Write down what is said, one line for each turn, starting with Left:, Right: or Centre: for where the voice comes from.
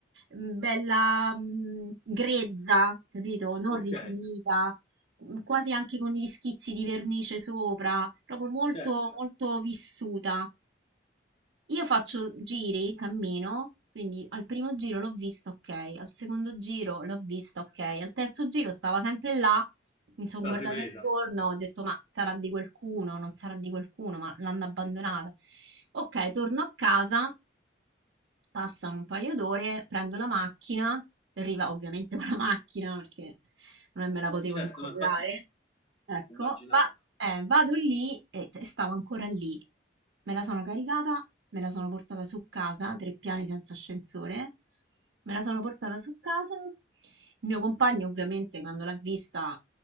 Right: mm, bella, mm, grezza, capito? Non
Left: ok,
Right: rifinita mh, quasi anche con gli schizzi di vernice sopra, proprio molto,
Left: certo,
Right: molto vissuta. Io faccio giri, cammino, quindi al primo giro l'ho visto, ok, al secondo giro l'ho visto, ok, al terzo giro stava sempre là, mi sono
Left: te
Right: guardata
Left: la sei presa.
Right: intorno, ho detto ma sarà di qualcuno, non sarà di qualcuno, ma l'hanno abbandonata. Ok, torno a casa, passano un paio d'ore, prendo la macchina, arriva ovviamente con la macchina perché non me la potevo
Left: Eh, certo,
Right: incollare.
Left: no, infatti
Right: Ecco,
Left: immaginavo.
Right: va- eh, vado lì e, e stavo ancora lì. Me la sono caricata, me la sono portata su casa, tre piani senza ascensore. Me la sono portata su casa. Il mio compagno, ovviamente, quando l'ha vista,